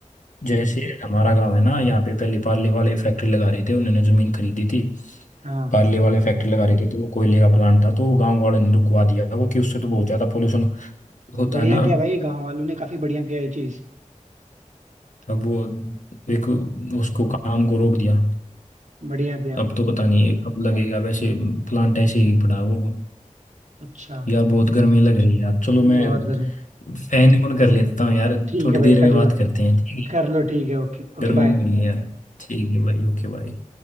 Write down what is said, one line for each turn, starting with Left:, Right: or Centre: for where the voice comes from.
Left: जैसे हमारा गांव है ना यहाँ पे पहले पार्ले वाले फैक्ट्री लगा रहे थे उन्होंने जमीन खरीदी थी
Right: हाँ
Left: पार्ले वाले फैक्ट्री लगा रहे थे तो वो कोयले का प्लांट था तो गांव वालों ने रुकवा दिया वो कि उससे तो बहुत ज्यादा पोल्यूशन होता
Right: बढ़िया
Left: है ना
Right: किया भाई गांव वालों ने काफी बढ़िया किया ये चीज
Left: अब वो एक उसको काम को रोक दिया
Right: बढ़िया किया
Left: अब तो पता नहीं कब लगेगा वैसे प्लांट ऐसे ही पड़ा है वो
Right: अच्छा
Left: यार बहुत गर्मी लग रही है यार चलो
Right: बहुत
Left: मैं
Right: गर्मी
Left: फैन ऑन कर लेता हूँ यार
Right: ठीक
Left: थोड़ी
Right: है भाई
Left: देर में
Right: कर
Left: बात
Right: लो
Left: करते हैं ठीक
Right: कर
Left: है
Right: लो ठीक है ओके ओके
Left: गर्मी
Right: बाय
Left: में नहीं है यार ठीक है भाई ओके भाई